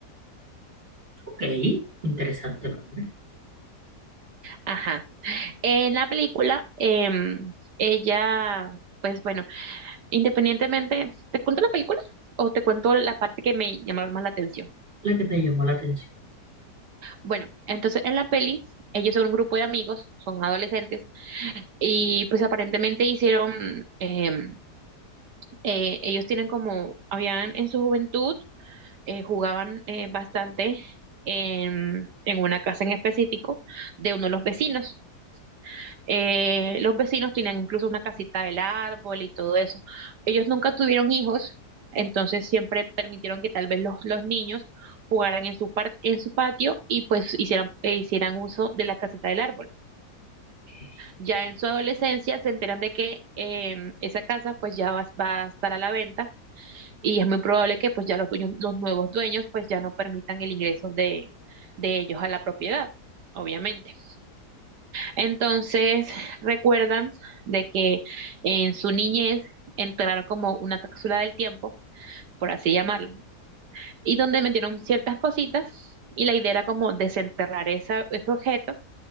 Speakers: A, on the right; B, on the right.
A: Ok, interesante nombre.
B: Ajá. En la película, em, ella, pues bueno, independientemente, ¿te cuento la película o te cuento la parte que me llamó más la atención?
A: La que te llamó la atención.
B: Bueno, entonces en la peli, ellos son un grupo de amigos, son adolescentes, y pues aparentemente hicieron, em, eh, ellos tienen como, habían en su juventud, eh, jugaban eh, bastante en, en una casa en específico de uno de los vecinos. Eh, los vecinos tenían incluso una casita del árbol y todo eso. Ellos nunca tuvieron hijos, entonces siempre permitieron que tal vez los, los niños jugaran en su, par- en su patio y pues hicieran, e hicieran uso de la casita del árbol.
A: Ok,
B: Ya en su adolescencia se enteran de que em, esa casa pues ya va, va a estar a la venta y es muy probable que pues ya los dueños, los nuevos dueños pues ya no permitan el ingreso de, de ellos a la propiedad, obviamente. Entonces, recuerdan de que en su niñez entraron como una cápsula del tiempo, por así llamarlo, y donde metieron ciertas cositas y la idea era como desenterrar esa, ese objeto